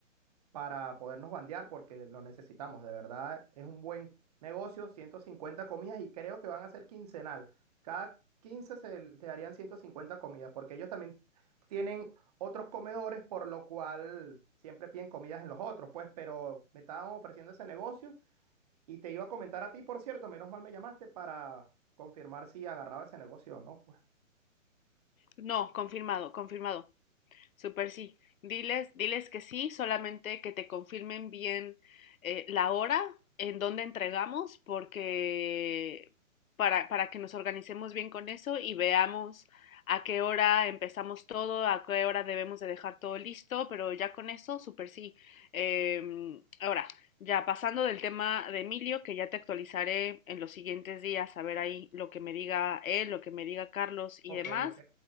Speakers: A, on the right; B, on the left.
A: para podernos bandear porque lo necesitamos. De verdad, es un buen negocio, 150 comidas y creo que van a ser quincenal. Cada 15 se, se harían 150 comidas porque ellos también tienen otros comedores, por lo cual siempre piden comidas en los otros, pues, pero me estaban ofreciendo ese negocio y te iba a comentar a ti, por cierto, menos mal me llamaste para confirmar si agarraba ese negocio o no, pues.
B: No, confirmado, confirmado. Súper sí. Diles, diles que sí, solamente que te confirmen bien eh, la hora en donde entregamos, porque para, para que nos organicemos bien con eso y veamos a qué hora empezamos todo, a qué hora debemos de dejar todo listo, pero ya con eso, súper sí. Em, ahora, ya pasando del tema de Emilio, que ya te actualizaré en los siguientes días, a ver ahí lo que me diga él, lo que me diga Carlos y
A: Ok,
B: demás
A: ok.